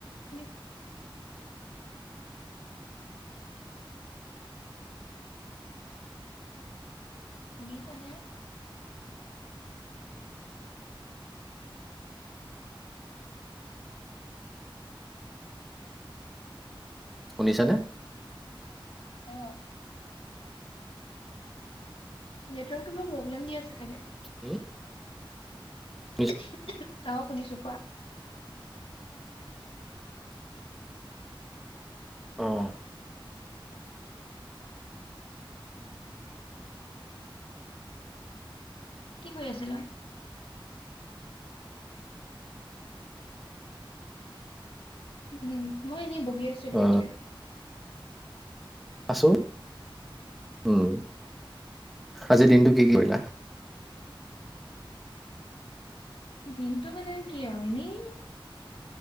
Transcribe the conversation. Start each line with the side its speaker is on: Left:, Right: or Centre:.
Left: শুনি শুনিছ নে?
Centre: শুনিছানে।
Left: অ নেটৱৰ্কতো বৰ প্ৰব্লেম দি আছে চাগে।
Centre: উম। নিছ-
Left: ও <unintelligible> <unintelligible> অ শুনিছো কোৱা।
Centre: আহ
Left: কি কৰি আছিলো। উম মই এনেই বহি আছিলো
Centre: অ
Left: এতিয়া।
Centre: আছো উম আজিৰ দিনটো কি কৰিলা।
Left: দিনতটো মানে কি আৱ এনেই।